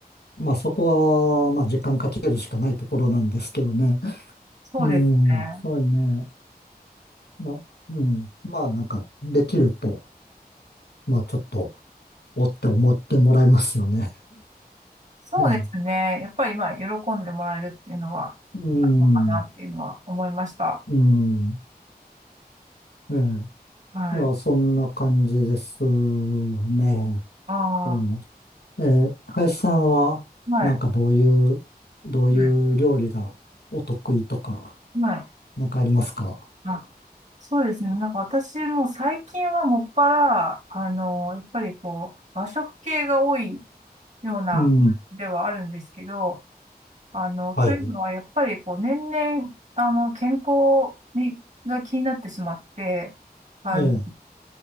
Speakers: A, on the left; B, on the right.
A: まあそこは、まあ時間かけるしかないところなんですけどね。
B: そうですね。
A: うん、そうね。ま、うん。まあ、なんか、できると、まあ、ちょっと、おって思ってもらえますよね。
B: そうですね。
A: ええ
B: やっぱり、まあ、喜んでもらえるっていうのは、
A: うん、
B: あるのかなっていうのは思いました。
A: <laughs> うん、うんええ。
B: はい。
A: いや、そんな感じですね。
B: あ
A: ええ、ええ、林さんは、
B: あ、はい。
A: なんかどういう、どういう料理がお得意とか、
B: はい。はい。
A: なんかありますか
B: あ、そうですね。なんか私も最近はもっぱら、あの、やっぱりこう、和食系が多いような、
A: うん、
B: ではあるんですけど、あの、
A: はい。
B: というのは、やっぱりこう、年々、あの、健康に、が気になってしまって、あの、
A: ええ、